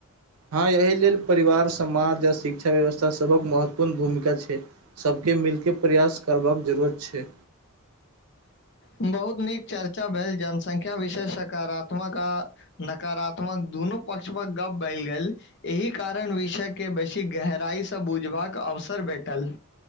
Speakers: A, on the right (about 85°); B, on the left (about 55°).
A: हँ एहि लेल परिवार, समाज आ शिक्षा व्यवस्था सभक महत्वपूर्ण भूमिका छै। सभके मिलकेऽ प्रयास करबाक जरूरत छै।
B: बहुत नीक चर्चा भेल जनसंख्या विषय सकारात्मक आ नकारात्मक दोनो पक्षमे गप भैल गेल। एहि कारण विषयके बेसी गहराइसँ बुझबाक अवसर भेटल।